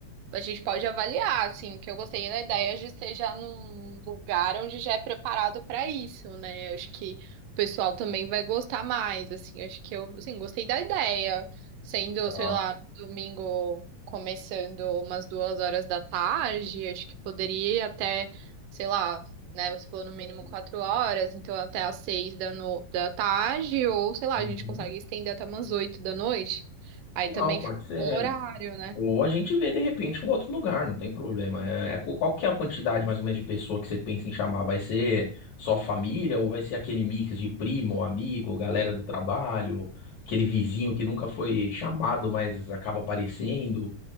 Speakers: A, on the right (about 75°); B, on the left (about 60°).
A: A gente pode avaliar, assim, que eu gostei da ideia de ser já num lugar onde já é preparado para isso, né? Eu Acho que o pessoal também vai gostar mais, assim. eu Acho que eu, assim, gostei da ideia, sendo,
B: Tá.
A: sei lá, domingo começando umas duas horas da tarde, acho que poderia até, sei lá, né? Você falou no mínimo quatro horas, então até às seis da, no... da tarde, ou sei lá,
B: Uhum.
A: a gente consegue estender até umas oito da noite. Aí
B: Não,
A: também
B: pode
A: fica
B: ser.
A: um bom horário, né?
B: Ou a gente vê de repente um outro lugar, não tem problema. É, é qu- qual que é a quantidade mais ou menos de pessoa que você pensa em chamar? Vai ser só família ou vai ser aquele mix de primo, amigo, galera do trabalho, aquele vizinho que nunca foi chamado, mas acaba aparecendo?